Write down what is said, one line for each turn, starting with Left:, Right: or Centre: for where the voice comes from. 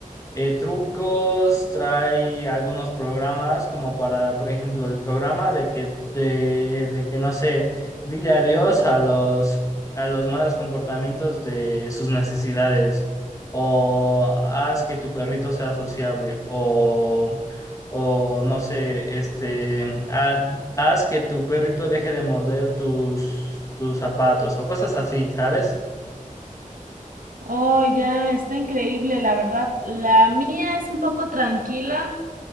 Left: eh, trucos, trae algunos programas como para, por ejemplo, el programa de que, de, de que no sé, dile adiós a los, a los malos comportamientos de sus necesidades o haz que tu perrito sea sociable o, o no sé, este, ha- haz que tu perrito deje de morder tus, tus zapatos o cosas así, ¿sabes?
Right: Oh, ya, está increíble, la verdad. La mía es un poco tranquila,